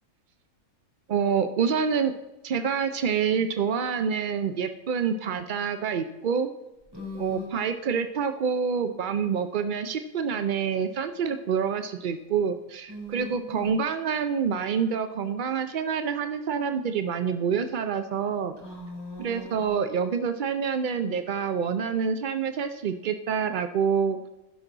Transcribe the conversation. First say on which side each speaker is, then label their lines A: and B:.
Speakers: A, on the right; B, on the right.
A: 어, 우선은 제가 제일 좋아하는 예쁜 바다가 있고,
B: 음,
A: 어, 바이크를 타고 맘 먹으면 10분 안에 선셋을 보러 갈 수도 있고,
B: 음,
A: 그리고 건강한 마인드와 건강한 생활을 하는 사람들이 많이 모여 살아서,
B: 아,
A: 그래서 여기서 살면은 내가 원하는 삶을 살 수 있겠다라고